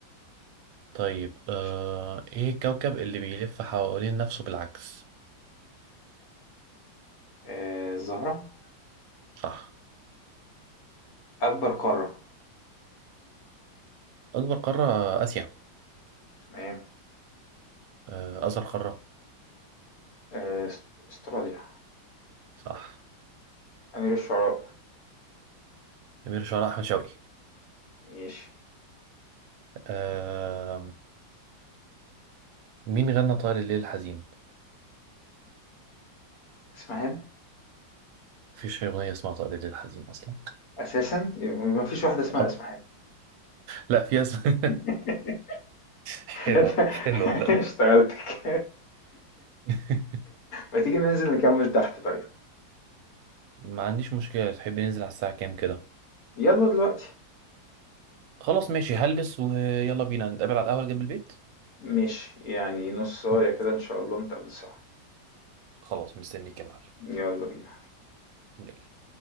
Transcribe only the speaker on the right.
طيب آه
إيه الكوكب اللي بيلف حوالين نفسه بالعكس
صح
أكبر قارة آسيا
آه أصغر قارة
صح
أمير شعراء أحمد شوقي
آه مين غنى طائر الليل الحزين
مفيش أغنية اسمها طائر الليل الحزين أصلا
<laughs> آه
لا في اسم
<laughs> حلوة
حلوة لا
<laughs>
ما عنديش مشكلة تحب ننزل على الساعة كام كده
خلاص ماشي هلبس ويلا بينا نتقابل على القهوة اللي جنب البيت
مم.
خلاص مستنيك يا معلم
يلا